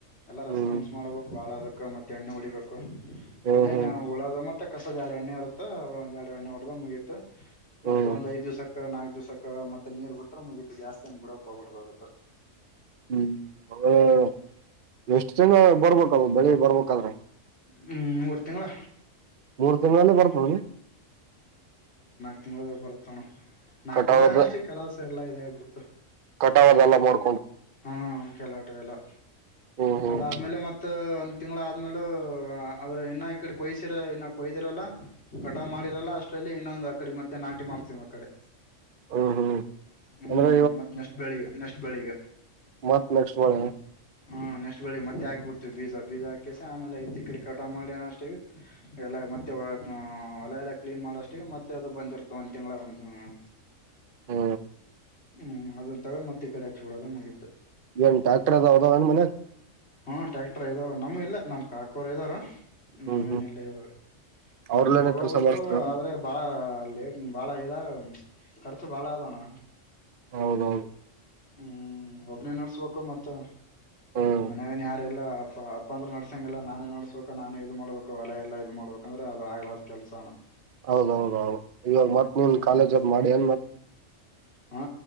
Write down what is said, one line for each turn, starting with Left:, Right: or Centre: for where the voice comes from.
Left: ಎಲ್ಲಾ ರೆಸ್ಪಾನ್ಸ್
Right: ಹ್ಮ್
Left: ಮಾಡ್ಬೇಕ್ ಬಾಳ ಅದಕ್ ಕ್ಕ ಮತ್ ಎಣ್ಣೆ ಒಡಿಬೇಕು.
Right: ಹ್ಮ್
Left: ಒಂದೇನೆ
Right: ಹ್ಮ್ ಹ್ಮ್
Left: ಉಳದು ಮತ್ತಕ್ ಕಸದ ಎರ್ಡ್ ಎಣ್ಣೆ ಇರುತ್ತ ಒಂದು ಎಡ್ ಎಣ್ಣೆ ಹೊಡೆದ್ ಮುಗಿತು. ಮತ್ತೆ
Right: ಹ್ಮ್
Left: ಒಂದ್ ಐದ್ ದಿವ್ಸಕ್ ಕ ನಾಕ್ ದಿವ್ಸಕ ಮತ್ತೆ ನೀರ್ ಬಿಟ್ರೆ ಮುಗಿತು ಜಾಸ್ತಿ ಬಿಡೋಕ್ ಹೋಗ್ಬಡ್ದ ಅದಕ.
Right: ಹ್ಮ್ ಹೌ ಓ ಎಷ್ಟ್ ಜನ ಬರ್ಬೇಕಲ್ ಬೆಳಿಗ್ ಬರ್ಬಕ್ ಕದ್ರೆ.
Left: ಹ್ಮ್ ಮೂರ್ ತಿಂಗ್ಳ.
Right: ಮೂರ್ ತಿಂಗ್ಳಲ್ಲಿ ಬಾರ್ತದ್ನಿ.
Left: ನಿಮ್ಮದ್ರಾಗ್ ಬರುತ್ ಅಣ್ಣ. ನಾಕ್
Right: ಕಟಾವದ
Left: ತಿಂಗ್ಳ ಅನಷ್ಟೇ ಕೆಲಸ ಎಲ್ಲ ಇದ್ ಆಗ್ಬಿಡ್ ತ್.
Right: ಕಟಾವ್ ಅದೆಲ್ಲಾ ಬಡ್
Left: ಹಾ ಕೆಲಾಟ್ ಎಲ್ಲಾ
Right: ಹ್ಮ್ ಹ್ಮ್
Left: ಅದಾದ್ಮೇಲೆ ಮತ್ ಮತ್ ಒಂದ್ ತಿಂಗಳ ಆದ್ಮೇಲು ಆ ಅದರ್ ಇನ್ನ ಈ ಕಡಿ ಕೊಯ್ಸಿರ ಕೊಯ್ದಿರಲ್ಲಾ ಕಟಾವ್ ಮಾಡಿರಲ್ಲ ಅಷ್ಟ್ರಲ್ಲಿ ಇನ್ನೊಂದ್ ಅಕಡಿ ಮತ್ತೆ ನಾಟಿ ಮಾಡ್ತೀವಿ ಮತ್ ಕಡೆ
Right: ಹ್ಮ್ ಹ್ಮ್
Left: ಹ್ಮ್
Right: ಅಂದ್ರೆ
Left: ಮತ್ತ ನೆಕ್ಸ್ಟ್ ಬೆಳಿಗ ನೆಕ್ಸ್ಟ್ ಬೆಳಿಗ
Right: ಮತ್ತ್ ನೆಕ್ಸ್ಟ್ ಬೆಳಿಗ
Left: ಹಾ ನೆಕ್ಸ್ಟ್ ಬೆಳಿಗ್ ಮತ್ತೆ ಹಾಕಿ ಬುಡ್ತೀವಿ ಬೀಜ ಬೀಜ ಹಾಕೆಸಿ ಆಮೇಲೆ ಐತಿ ಇಕಡಿ ಕಟಾವ್ ಮಾಡಿ ಅ ಅಷ್ಟಿಗೆ ಎಲ್ಲಾ ಮತ್ತೆ ಹೊ ಹ್ಮ್ ಹೊಲಾ ಎಲ್ಲಾ ಕ್ಲೀನ್ ಮಾಡೋಷ್ಟಿಗಿ ಮತ್ತೆ ಅದು ಬಂದಿರ್ತ ಒಂದ್ ತಿಂಗಳಾಗ ಒಂದ್ ಹ
Right: ಓ
Left: ಹ್ಮ್ ಅದನ್ ತಗದ ಮತ್ತ ಈಕಡೆ ಹಚ್ಚ ಬಿಡೋದು ಮುಗಿತ
Right: ಈಗೆನ್ ಟ್ಯಾಕ್ಟರ್ ಅದ ಅದಾವ ಎನ್ ಮನ್ಯಾಗ
Left: ಹ್ಮ ಟ್ಯಾಕ್ಟರ್ ಇದಾವ ನಮ್ಮೂ ಇಲ್ಲ ನಮ್ ಕಾಕೋರ್ ಇದಾರ ನಮ್ಮೂ
Right: ಹ್ಮ್
Left: ಎನ್
Right: ಹ್ಮ್
Left: ಇಲ್ಲಾ ಇವಾಗ್
Right: ಅವ್ರಲ್ಲೇನ
Left: ನಮ್ಮೂ ತಗೋಬೇಕು
Right: ಕೆಲ್ಸ ಮಾಡಸ್ತಾರ
Left: ಆದ್ರೆ ಬಾಳ ಲೇಟ್ ಭಾಳಾ ಇದಾಗ ಖರ್ಚು ಭಾಳ ಅದಾಣ್ಣ
Right: ಹೌದೌದು
Left: ಹ್ಮ್ ಒಬ್ಬ್ನೇ ನಡ್ಸ್ಬೇಕು ಮತ್ತಾ
Right: ಹ್ಮ್
Left: ಮನ್ಯಾಗನ ಯಾರ್ ಇಲ್ಲಾ ಅಪ್ಪ ಅಪ್ಪ ಅಂದ್ರ ನಡ್ಸಂಗಿಲ್ಲಾ ನಾನೇ ನಡ್ಸ್ಬೇಕು ನಾನೇ ಇದ್ ಮಾಡ್ಬೇಕ ಅವೆಲ್ಲಾ ಎಲ್ಲಾ ಇದ ಮಾಡ್ಬೇಕಂದ್ರ ಅದ ಆಗ್ಲಾರದ ಕೆಲ್ಸಾ ಅಣ್ಣಾ
Right: ಹೌದೌದೌದು ಇವಾಗ ಮತ್ ನೀನ್
Left: ಹ್ಮ್
Right: ಕಾಲೇಜ್ ಮಾಡಿ ಎನ್ ಮತ್
Left: ಹಾ